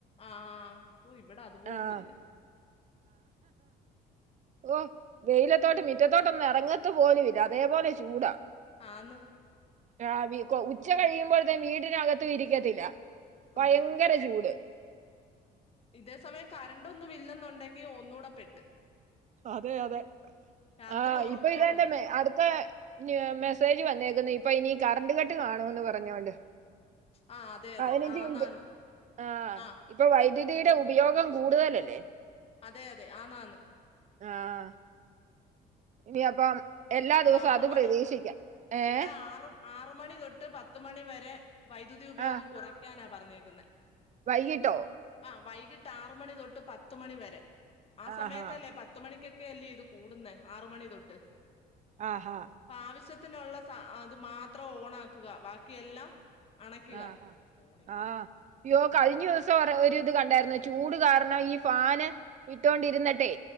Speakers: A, on the left; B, on the right.
A: ആഹ് ഇവിടെ അതുപോലുംല്ല
B: ആഹ് ഓ വെയിലത്തോട്ട് മിറ്റത്തോട്ടൊന്നും എറങ്ങത്ത് പോലും ഇല്ല അതേപോലെ ചൂടാ
A: ആന്ന്
B: രാവി ഉച്ച കഴിയുമ്പോഴത്തെ വീടിനകത്തും ഇരിക്കത്തില്ല ഭയ
A: അതെ
B: ങ്കര ചൂട്
A: ഇതേ സമയം കറണ്ട് ഒന്നും ഇല്ലെന്നുണ്ടെങ്കി ഒന്നൂടെ പെട്ട്
B: അതെ അതെ
A: രാത്രി
B: ആഹ്
A: ഉറക്കവും
B: ഇപ്പൊ ഇതെന്നെ
A: ഇല്ല
B: മെ അട്ത്തെ മെസ്സേജ് വന്നേക്കുന്നു ഇപ്പൊ ഇനി കറണ്ട് കട്ട് കാണുവെന്ന് പറഞ്ഞോണ്ട്
A: ആ അതെ
B: പതിനഞ്ച്
A: അതെ ആന്നാന്ന്
B: മിനിറ്റ് ആഹ്
A: ആ
B: ഇപ്പം വൈദ്യുതിയുടെ ഉപയോഗം കൂടുതലല്ലേ
A: അതെ അതെ ആന്നാന്ന്
B: ആഹ് ഇനി അപ്പം എല്ലാ ദിവസവും
A: ആറ്
B: അത്
A: മണി
B: പ്രതീക്ഷിക്കാം ഏഹ്
A: എടാ ആറ് ആറ് മണി തൊട്ട് പത്ത് മണി വരെ വൈദ്യുതി ഉപയോഗം
B: ആഹ്
A: കുറയ്ക്കാനാ പറഞ്ഞേക്കുന്നേ
B: വൈകിട്ടോ
A: ആഹ് വൈകിട്ട് ആറ് മണി തൊട്ട് പത്തുമണി വരെ ആ സമയത്തല്ലേ
B: ആഹാ
A: പത്ത് മണിക്കൊ ക്കെ അല്ലേ ഇത് കൂടുന്നേ ആറുമണി തൊട്ട്
B: ആഹ് ഹാ
A: അപ്പ ആവശ്യത്തിനുള്ള സ അത് മാത്രം ഓണാക്കുക ബാക്കിയെല്ലാം അണയ്ക്കുക
B: ആഹ്
A: ഓൺ ഇംഗ്ലീഷ്
B: ഹാ ആഹ് യ്യോ കഴിഞ്ഞൂ
A: ഉം
B: സം ഒരിത് കണ്ടായിരുന്ന് ചൂട് കാരണം ഈ ഫാന് ഇട്ടോണ്ടിരുന്നിട്ടെ